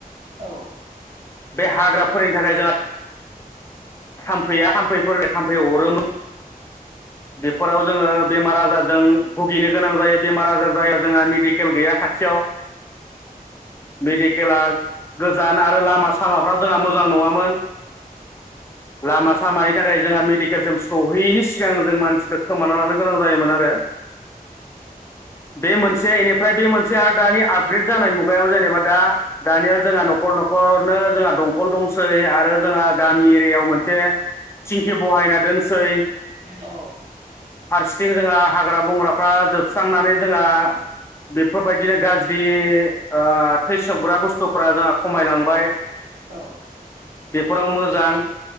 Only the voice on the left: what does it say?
बे हाग्राफोरनि थाखाय जोंहा <inaudible> थाम्फैया थाम्फैफोर थाम्फै अरोमोन। बेफोराव जोङो बेमार आजार जों भुगिनो गोनां जायो बेमार आजार जायो जोंहा मेडिकेल गैया खाथियाव। मेडिकेला गोजान आरो लामा सामाफ्रा जोंहा मोजां नङामोन लामा सामानि थाखाय जोंहा मेडिकेलसिम सौहैयैनि सि <unintelligible> जों मानसिखो खोमाना लानो गोनां जायोमोन आरो बे बे मोनसे एनिफ्राय बे मोनसे आरो दानि आपग्रेड जानाय मुगायाव जेनेबा दा दानिया जोंहा न'खर न'खरनो जोंहा दंखल दंसै आरो जोंहा गामि एरियायाव मोनसे थिंखि बहायना दोनसै।
फारसेथिं जोंहा हाग्रा बंग्राफ्रा जोब स्रांनानै जोंहा बेफोरबायदिनो गाज्रि ओ थैसोबग्रा बुस्थुफ्रा जोंहा खमाय लांबाय।
बेफोराव मोजां